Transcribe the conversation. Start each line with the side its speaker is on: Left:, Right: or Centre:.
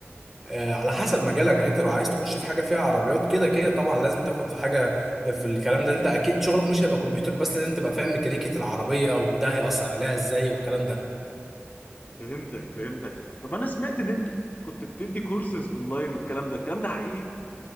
Centre: آه على حسب مجالك يعني انت لو عايز تخش في حاجه فيها عربيات كده كده طبعا لازم تاخد في حاجه في الكلام ده انت اكيد شغلك مش هيبقى كمبيوتر بس لازم تبقى فاهم ميكانيكيه العربيه وده هيأثر عليها ازاي والكلام ده
Left: فهمتك فهمتك طب انا سمعت ان انت كنت بتدي كورسز اونلاين والكلام ده الكلام ده حقيقي